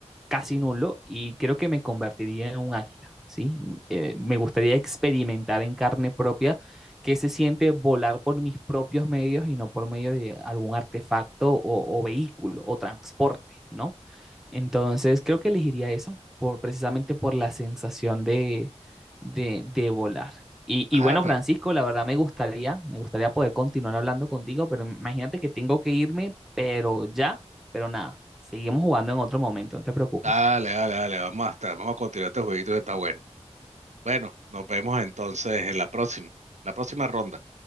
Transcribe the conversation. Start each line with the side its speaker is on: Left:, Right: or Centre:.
Centre: casi nulo, y creo que me convertiría en un águila, ¿sí? Eh, me gustaría experimentar en carne propia qué se siente volar por mis propios medios y no por medio de algún artefacto o, o vehículo o transporte, ¿no? Entonces, creo que elegiría eso, por, precisamente por la sensación de, de, de volar. Y, y
Right: Ajá,
Centre: bueno,
Right: pero
Centre: Francisco, la verdad me gustaría, me gustaría poder continuar hablando contigo, pero imagínate que tengo que irme, pero ya, pero nada, seguimos jugando en otro momento, no te preocupes.
Right: dale, dale, dale, vamos a estar, vamos a continuar este jueguito que está bueno. Bueno, nos vemos entonces en la próxima, la próxima ronda.